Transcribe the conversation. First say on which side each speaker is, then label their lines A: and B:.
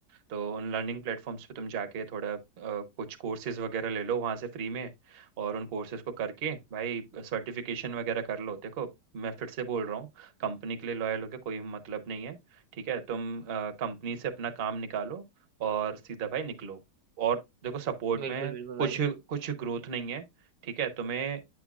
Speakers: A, on the right; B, on the right.
A: तो उन लर्निंग प्लेटफॉर्म्स पे तुम जाके थोड़ा अ, कुछ कोर्सेज वगैरह ले लो वहाँ से फ्री में और उन कोर्सेज को करके भाई सर्टिफिकेशन वगैरह कर लो देखो मैं फिर से बोल रहा हूँ कंपनी के लिए लॉयल होके कोई मतलब नहीं है ठीक है तुम कंपनी से अपना काम निकालो और सीधा भाई निकलो और देखो सपोर्ट
B: बिल्कुल
A: में
B: बिल्कुल
A: कुछ
B: भाई
A: कुछ ग्रोथ नहीं है ठीक है तुम्हें